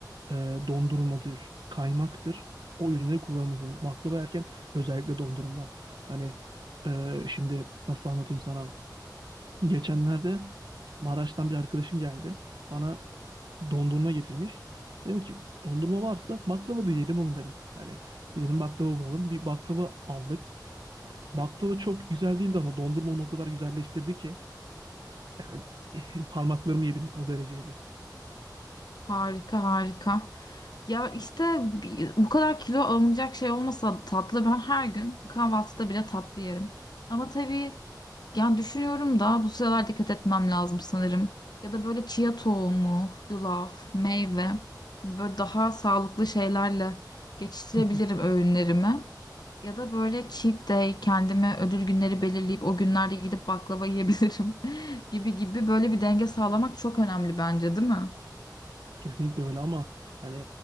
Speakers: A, on the right; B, on the left.
A: e, dondurmadır, kaymaktır. O ürünleri kullanılması. lazım. Baklava yerken özellikle dondurma. Hani e, şimdi nasıl anlatayım sana? Geçenlerde Maraş'tan bir arkadaşım geldi. Bana dondurma getirmiş. Dedim ki dondurma varsa baklava da yiyelim oğlum dedim. Hani gidelim baklava bulalım. Bir baklava aldık. Baklava çok güzel değildi ama dondurma onu o kadar güzelleştirdi ki. Yani <laughs> parmaklarımı yedim o dereceydi.
B: Harika harika. Ya işte bi- bu kadar kilo alınacak şey olmasa tatlı ben her gün kahvaltıda bile tatlı yerim. Ama tabii yani düşünüyorum da bu sıralar dikkat etmem lazım sanırım. Ya da böyle chia tohumu, yulaf, meyve hani böyle daha sağlıklı şeylerle geçiştirebilirim
A: <laughs>
B: öğünlerimi. Ya da böyle cheat day kendime ödül günleri belirleyip o günlerde gidip baklava yiyebilirim <laughs> gibi gibi böyle bir denge sağlamak çok önemli bence değil mi?
A: Kesinlikle öyle ama hani